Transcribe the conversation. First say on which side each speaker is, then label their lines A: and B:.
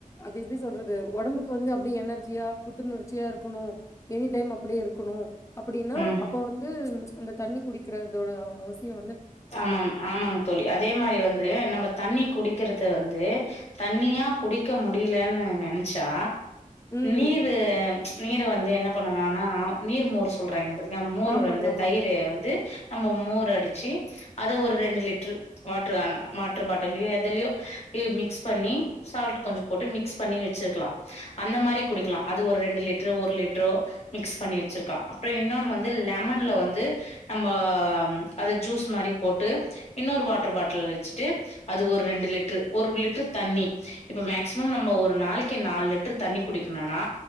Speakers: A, on the left (about 20°); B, on the left (about 50°).
A: அது எப்டி சொல்றது ஒடம்புக் க்கு வந்து அப்டி எனர்ஜியா புத்துணர்ச்சியா இருக்கணு எனி டைம் அப்டியே இருக்குணு அப்டின்னா
B: ம்
A: அப்போ வந்து அந்த தண்ணி குடிக்கறதோட அவசியோ
B: ஆமாம் ஆமாங்க தோழி அதே மாதிரி வந்து நம்ம தண்ணி குடிக் க்கிறது வந்து தண்ணியா குடிக்க முடியலன் நெனச்சா
A: ம்
B: நீரு நீர வந்து என்னப் பண்ணலான்னா நீர் மோர் சொல்றாங்க பாத்தீங் மோர்
A: ஆமாங்க
B: வந்து
A: ஆமாங்க
B: தயிரு வந்து நம்ம மோர் அடுச் ச்சு அது ஒரு ரெண்டு லிட்ரு வாட்ரு வாட்ரு பாட்டல்லயோ எதுலயோ மிக்ஸ் பண்ணி சால்ட் கொஞ்சோ போட்டு மிக்ஸ் பண்ணி வெச்சுக்கலா அந்த மாரி குடிக்கலா அது ஒரு ரெண்டு லிட்ரு ஒரு லிட்ரோ மிக்ஸ் பண்ணி வெச்சுருக்கா அப்புறோ இன்னொன்னு வந்து லெமன்ல வந்து நம்ம அது ஜூஸ் ட்டு மாரி போட்டு இன்னொரு வாட்ரு பாட்டுல் வெச்சுட்டு அது ஒரு ரெண்டு லிட்ரு ஒரு லிட்ரு தண்ணி இப்போ மேக்ஸிமம் நம்ப ஒரு நாளைக்கு நாலு லிட்ரு தண்ணி குடிக்கணுன்னா